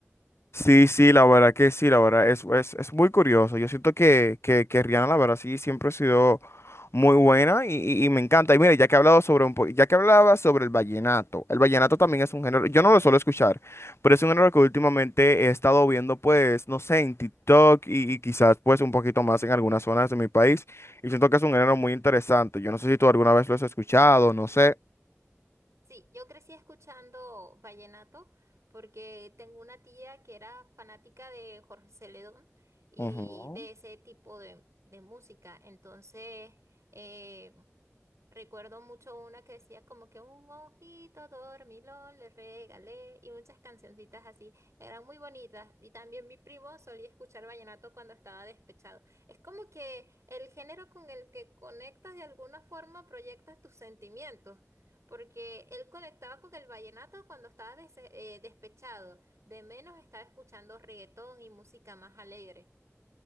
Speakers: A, on the left; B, on the right.
A: Sí, sí, la verdad que sí, la verdad es, es, es muy curioso. Yo siento que, que, que Rihanna, la verdad, sí, siempre ha sido muy buena y, y- y me encanta. Y mira, ya que he hablado sobre un po- ya que hablaba sobre el vallenato, el vallenato también es un género, yo no lo suelo escuchar, pero es un género que últimamente he estado viendo, pues, no sé, en TikTok y, y quizás, pues, un poquito más en algunas zonas de mi país. Y siento que es un género muy interesante. Yo no sé si tú alguna vez lo has escuchado, no sé.
B: Sí, yo crecí escuchando vallenato porque tengo una tía que era fanática de Jorge Celedón y
A: Ujú.
B: de ese tipo de, de música. Entonces, eh, recuerdo mucho una que decía como que un ojito dormilón le regalé y muchas cancioncitas así. Eran muy bonitas. Y también mi primo solía escuchar vallenato cuando estaba despechado. Es como que el género con el que conectas de alguna forma proyectas tus sentimientos. Porque él conectaba con el vallenato cuando estaba des- eh, despechado. De menos estaba escuchando reggaetón y música más alegre.